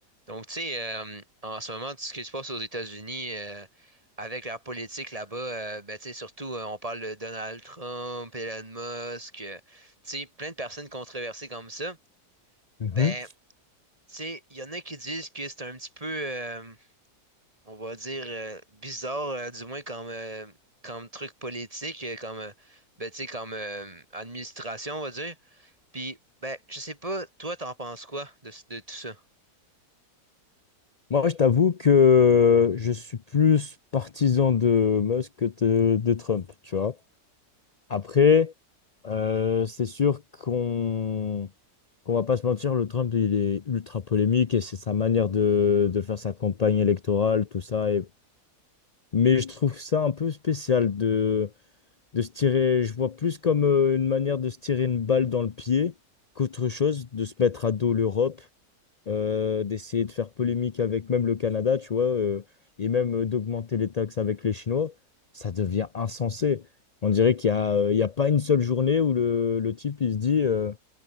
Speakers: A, on the right; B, on the left.
A: Donc, tu sais, euh, en ce moment, ce qui se passe aux États-Unis euh, avec leur politique là-bas, euh, ben, tu sais, surtout, euh, on parle de Donald Trump, Elon Musk, euh, tu sais, plein de personnes controversées comme ça.
B: Mhm.
A: Ben, tu sais, il y en a qui disent que c'est un petit peu, euh, on va dire, euh, bizarre, euh, du moins comme, euh, comme truc politique, euh, comme, euh, ben, tu sais, comme euh, administration, on va dire. Puis, ben, je sais pas, toi, t'en penses quoi de, de tout ça?
B: Moi, je t'avoue que je suis plus partisan de Musk que de, de Trump, tu vois. Après, euh, c'est sûr qu'on qu'on va pas se mentir, le Trump, il est ultra polémique et c'est sa manière de, de faire sa campagne électorale, tout ça. et- Mais je trouve ça un peu spécial de, de se tirer, je vois plus comme euh, une manière de se tirer une balle dans le pied qu'autre chose, de se mettre à dos l'Europe euh, d'essayer de faire polémique avec même le Canada, tu vois, euh, et même euh, d'augmenter les taxes avec les Chinois, ça devient insensé. On dirait qu'il y a, euh, il y a pas une seule journée où le, le type, il se dit, euh,